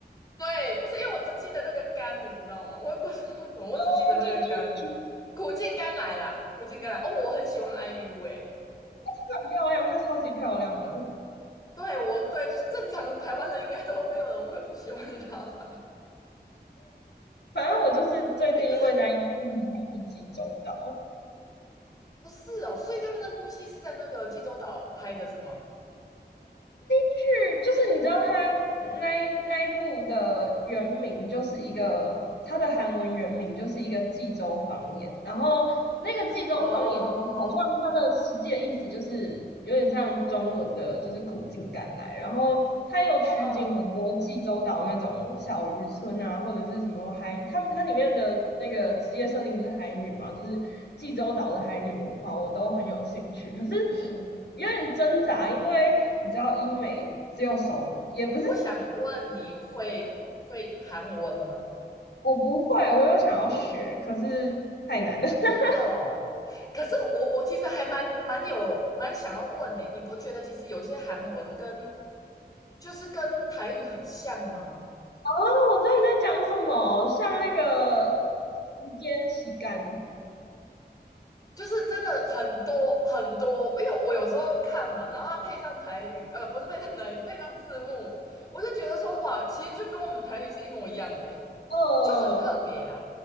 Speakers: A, on the left; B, on the left.
A: 对，不是因为我只记得那个甘，你知道吗？我也不知道为什么，我只记得那个甘，
B: 哦，这这这
A: 苦尽甘来啦，苦尽甘来。哦，我很喜欢 IU 哎、
B: 很漂亮，她超级漂亮的。
A: 对我对正常台湾人应该都没有人会不喜欢他吧。
B: 反正我就是最近因为那一次很常去济州岛，
A: 哎，可是不是哦，所以他们那部戏是在那个济州岛拍的是吗？
B: 剧就是你知道它那一那一部的原名就是一个它的韩文原名就是一个济州方言，然后那个济州方言好像它的实际的意思就是有点像中文的，
A: 哦，哦，
B: 就是苦尽甘来，然后它有取景很多济州岛那种小渔村啊，
A: 哦哦哦
B: 或者是什么海，它它里面的那个职业设定不是海女嘛，就是济州岛的海女文化，我都很有兴趣，可是。有点挣扎，因为你知道医美只有手，也不是，
A: 我想问你会会韩文吗？
B: 呃，我不会，我有想要学，可是太难了。
A: 哦，
B: <laughs>
A: 真的哦。可是我我其实还蛮蛮有蛮想要问呢，你不觉得其实有些韩文跟就是跟台语很像吗？
B: 啊，后我这里在讲什么？像那个肩洗干，
A: 就是真的很多很多，因为我有时候看嘛，然后它配上台语，呃，不是配上台语，配上字幕，我就觉得说哇，其实就跟我们台语是一模一样的耶，
B: 呃，
A: 就很特别啦。